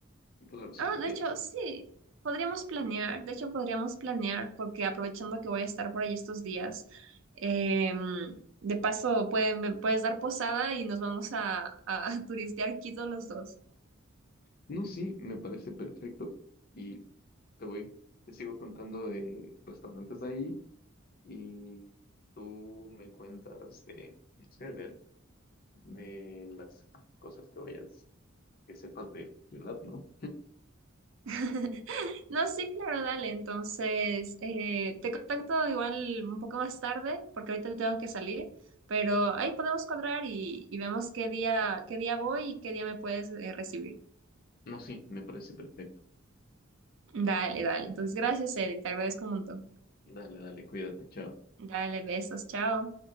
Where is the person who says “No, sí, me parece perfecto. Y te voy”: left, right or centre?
Left